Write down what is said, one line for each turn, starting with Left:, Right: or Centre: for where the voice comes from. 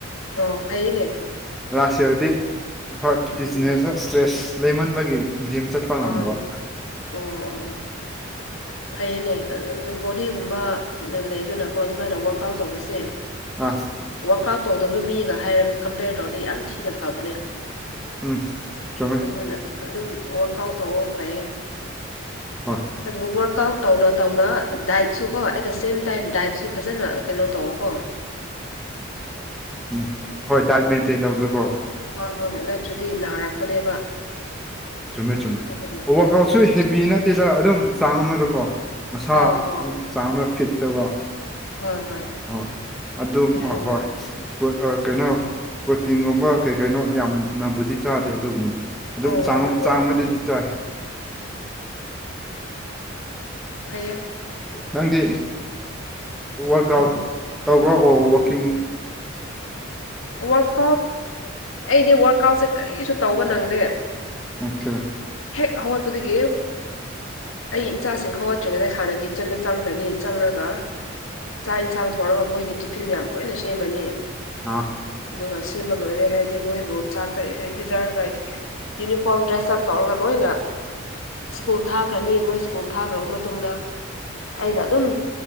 Left: ꯑꯣ ꯐꯩꯌꯦꯅꯦ
Centre: ꯂꯥꯁ ꯍꯧꯗꯤ
Left: ꯎꯝ
Centre: ꯍꯣꯏ ꯕꯤꯖꯤꯅꯦꯁ
Left: ꯎꯝ
Centre: ꯏꯁ꯭ꯇ꯭ꯔꯦꯁ ꯂꯩꯃꯟꯕꯒꯤ ꯖꯤꯝ ꯆꯠꯄ ꯉꯝꯗꯕ
Left: ꯑꯥ ꯑꯣ ꯑꯣ ꯑꯣ ꯐꯩꯌꯦꯅꯦ ꯕꯣꯗꯤꯒꯨꯝꯕ ꯂꯩꯗꯅꯀꯣ ꯑꯗꯨꯃꯥꯏꯅ ꯋꯥꯔꯛꯑꯥꯎꯠ ꯇꯧꯕꯁꯦ
Centre: ꯑ
Left: ꯋꯥꯔꯛ ꯑꯥꯎꯠ ꯇꯧꯗꯕ ꯃꯤꯒ ꯍꯥꯏꯔ ꯀꯝꯄꯦꯌꯔ ꯇꯧꯔꯗꯤꯩ ꯌꯥꯝ ꯊꯤꯅ ꯐꯕꯅꯦ
Centre: ꯎꯝ ꯆꯃꯦ
Left: ꯑꯗꯨꯅ ꯑꯗꯨꯝ ꯋꯥꯔꯛ ꯑꯥꯎꯠ ꯇꯧꯑꯣ ꯐꯩꯌꯦ
Centre: ꯍꯣꯏ
Left: ꯑꯗꯨꯕꯨ ꯋꯥꯔꯛ ꯋꯥꯋꯔꯛ ꯑꯥꯎꯠ ꯇꯧꯅ ꯇꯧꯅ ꯗꯥꯏꯠꯁꯨ ꯀꯣ ꯑꯦꯠ ꯗ ꯁꯦꯝ ꯇꯥꯏꯝ ꯗꯥꯏꯠꯁꯨ ꯐꯖꯅ ꯀꯩꯅꯣ ꯇꯧꯋ ꯀꯣ
Centre: ꯎꯝ ꯍꯣꯏ ꯗꯥꯏꯠ ꯃꯦꯟꯇꯦꯟ ꯇꯧꯕꯗ
Left: ꯍꯣꯏ ꯍꯣꯏ ꯍꯣꯏ ꯅꯠꯇ꯭ꯔꯗꯤ ꯅꯥꯔꯛꯄꯅꯦꯕ
Centre: ꯆꯨꯝꯃꯦ ꯆꯨꯝꯃꯦ
Left: ꯑꯗꯨꯅ
Centre: ꯋꯥꯔꯛ
Left: ꯅꯪꯒꯤ
Centre: ꯑꯥꯎꯠꯁꯨ
Left: ꯗꯥꯏꯠꯇꯨꯁꯨ
Centre: ꯍꯦꯚ ꯅꯠꯇꯦꯗ ꯑꯗꯨꯝ ꯆꯥꯡ ꯑꯃꯗꯀꯣ ꯃꯁꯥ
Left: ꯑꯥ ꯑꯥ
Centre: ꯑꯗꯨꯝ
Left: ꯎꯝ
Centre: ꯆꯥꯡ ꯑꯃꯗ ꯐꯤꯠ ꯑꯗꯨꯒ
Left: ꯍꯣꯏ ꯍꯣꯏ
Centre: ꯍ ꯑꯗꯨ
Left: ꯌꯥꯏꯅꯦ
Centre: ꯍꯣꯏ ꯀꯩꯅꯣ ꯄ꯭ꯔꯣꯇꯤꯟꯒꯨꯝꯕ ꯀꯩ ꯀꯩꯅꯣ ꯌꯥꯝꯅꯕꯨꯗꯤ ꯆꯥꯗꯦ ꯑꯗꯨꯒꯨꯝꯕꯗꯤ ꯑꯗꯨꯝ
Left: ꯑꯥ
Centre: ꯆꯥꯡ
Left: ꯑꯥ ꯑꯗꯨ
Centre: ꯆꯥꯡ ꯑꯃꯗꯤꯗꯤ
Left: ꯍꯣꯏ
Centre: ꯆꯥꯏ
Left: ꯐꯌꯦ
Centre: ꯅꯪꯗꯤ ꯋꯥꯔꯛ ꯑꯥꯎꯠ ꯇꯧꯕ꯭ꯔꯥ ꯑꯣꯔ ꯋꯔꯥꯛꯀꯤꯡ
Left: ꯋꯥꯔꯥꯎꯠ ꯑꯩꯗꯤ ꯋꯥꯔꯛꯀꯥꯎꯠꯁꯦ ꯀꯔꯤꯁꯨ ꯇꯧꯕ ꯅꯪꯗꯦ
Centre: ꯑꯣꯀꯦ
Left: ꯑꯥ ꯑꯣꯏꯄꯗꯨꯒꯦ ꯑꯩꯒꯤ ꯏꯆꯥꯁꯤꯡ ꯍꯧꯒꯠꯇ꯭ꯔꯤꯉꯩꯗ ꯍꯥꯟꯅ ꯀꯤꯆꯟꯗ ꯆꯪꯈ꯭ꯔꯅꯤ ꯆꯪꯉꯒ ꯆꯥꯛ ꯌꯦꯟꯁꯥꯡ ꯊꯣꯡꯔꯒ ꯃꯣꯏꯒꯤ ꯇꯤꯐꯤꯟ ꯃꯌꯥꯝ ꯂꯣꯏꯅ ꯁꯦꯝꯂꯅꯤ
Centre: ꯑꯥ
Left: ꯑꯗꯨꯒ ꯁꯤꯃ ꯂꯣꯏꯔꯦ ꯍꯥꯏꯗꯤ ꯃꯣꯏꯕꯨ ꯆꯥꯛ ꯀꯔꯤ ꯀꯔꯤ ꯄꯤꯖꯔꯒ ꯌꯨꯅꯤꯐꯣꯔꯝ ꯗ꯭ꯔꯦꯁꯑꯞ ꯇꯧꯔꯒ ꯂꯣꯏꯅ ꯁ꯭ꯀꯨꯜ ꯊꯥꯈ꯭ꯔꯅꯤ ꯃꯣꯏ ꯁ꯭ꯀꯨꯜ ꯊꯥꯈ꯭ꯔꯕ ꯃꯇꯨꯡꯗ ꯑꯩꯅ ꯑꯗꯨꯝ